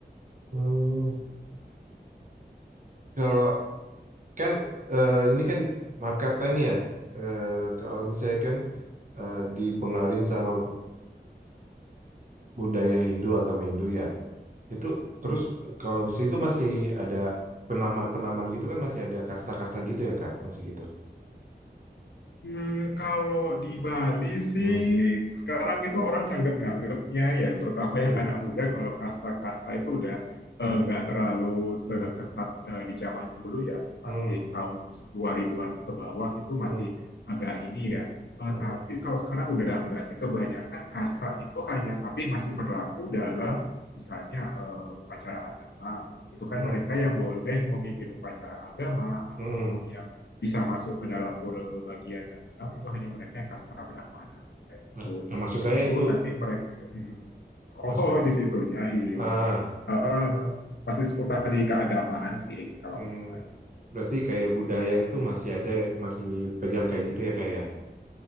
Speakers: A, on the right (about 50°); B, on the left (about 90°).
A: hmm. Kalau kan eh, ini kan maaf kata nih ya, eh, kalau misalnya kan eh, dipengaruhi sama budaya Hindu, agama Hindu ya. Itu terus
B: Hmm.
A: kalau di situ masih ada penaman-penaman gitu kan masih ada kasta-kasta gitu ya Kak, masih gitu.
B: Hmm, kalau di Bali sih
A: Hmm,
B: sekarang itu orang nganggap-nganggapnya ya terutama
A: hmm,
B: yang anak muda kalau kasta-kasta itu udah
A: hmm,
B: eh, nggak terlalu seketat eh, di zaman dulu ya
A: hmm,
B: masih tahun 2000-an ke bawah itu
A: hmm,
B: masih agak ini ya Eh,
A: hmm,
B: tapi kalau sekarang udah nggak sih kebanyakan kasta itu hanya tapi masih berlaku dalam misalnya eh, upacara agama itu kan
A: hmm,
B: mereka yang boleh memimpin upacara agama ataupun
A: hmm.
B: yang bisa masuk ke dalam pura bagian dalam itu hanya mereka yang kasta Brahmana kayak gitu
A: Nah, nah, maksud
B: termasuk
A: saya itu
B: nanti mereka hmm,
A: maksud
B: oh di situnya iya
A: ah,
B: uh, uh, masih seputar di keagamaan sih kalau
A: hmm,
B: kasta
A: berarti kayak budaya itu masih ada masih pegang kayak gitu ya kayak ya.